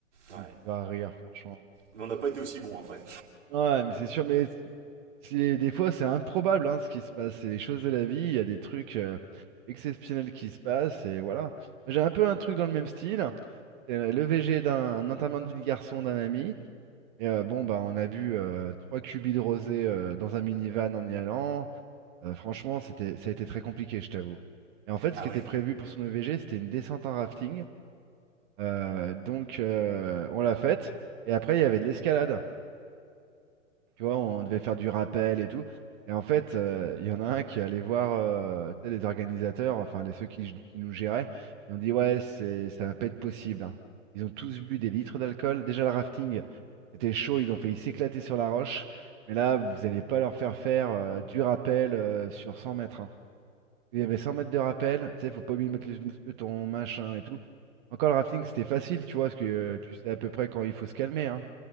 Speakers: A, on the right (about 65°); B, on the right (about 40°).
A: Ouais.
B: Comme tu vas rire, franchement.
A: Mais on n'a pas été aussi bon après.
B: Ouais, mais c'est sûr, mais c'est- des fois c'est improbable hein, ce qui se passe. C'est les choses de la vie, il y a des trucs euh, exceptionnels qui se passent, et voilà. J'ai un peu un truc dans le même style. C'est euh, le VG d'un enterrement de vie de garçon d'un ami. Et euh, bon, bah, on a bu euh, trois cubis de rosé euh, dans un minivan en y allant. Euh, franchement, c'était, ça a été très compliqué, je t'avoue. Et en fait,
A: Ah
B: ce qui
A: ouais
B: était prévu pour son E V G, c'était une descente en rafting. Euh, donc, euh, on l'a faite. Et après, il y avait de l'escalade. Tu vois, on devait faire du rappel et tout. Et en fait, euh, il y en a un qui est allé voir euh, tu sais, les organisateurs, enfin les ceux qui, qui nous géraient. Ils ont dit, ouais, c'est, ça va pas être possible. hein. Ils ont tous bu des litres d'alcool. Déjà, le rafting, c'était chaud. Ils ont failli s'éclater sur la roche. Mais là, vous allez pas leur faire faire euh, du rappel euh, sur 100 mètres. hein. Il y avait 100 mètres de rappel. Tu sais, faut pas oublier de mettre le mousqueton, machin et tout. Encore le rafting, c'était facile, tu vois, parce que euh, tu sais à peu près quand il faut se calmer. hein.